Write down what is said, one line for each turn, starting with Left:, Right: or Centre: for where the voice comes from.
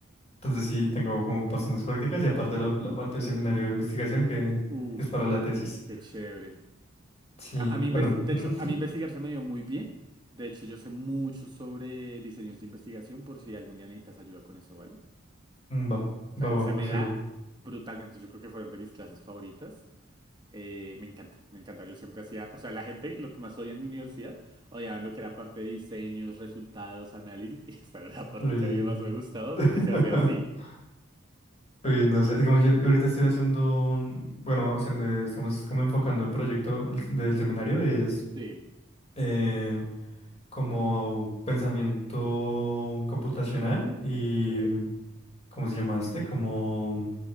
Left: Entonces sí, tengo como bastantes prácticas y aparte la, la parte del seminario de investigación que,
Right: Uf,
Left: que es para la tesis.
Right: qué chévere.
Left: Sí,
Right: A, a mí,
Left: bueno,
Right: inves- de
Left: <laughs> mm,
Right: hecho, a mí investigar se me dio muy bien. De hecho, yo sé mucho sobre diseños de investigación por si algún día necesitas ayuda con eso, ¿vale? O
Left: va,
Right: sea,
Left: va, va,
Right: se me
Left: me
Right: da
Left: sirve.
Right: brutalmente. Yo creo que fueron de mis clases favoritas. Eh, me encanta, me encanta. Yo siempre hacía, o sea, la gente, lo que más odia en mi universidad, odiaban lo que era parte de diseños, resultados, análisis. <laughs> Y esa era la parte
Left: Y...
Right: que a mí más me gustaba
Left: <laughs>
Right: porque se hacía así.
Left: y no sé, es como yo, yo ahorita estoy haciendo un, bueno, haciendo, estamos como enfocando el proyecto del seminario, es
Right: Sí.
Left: eh, como pensamiento computacional y,
Right: Ok,
Left: ¿cómo se llama este? Como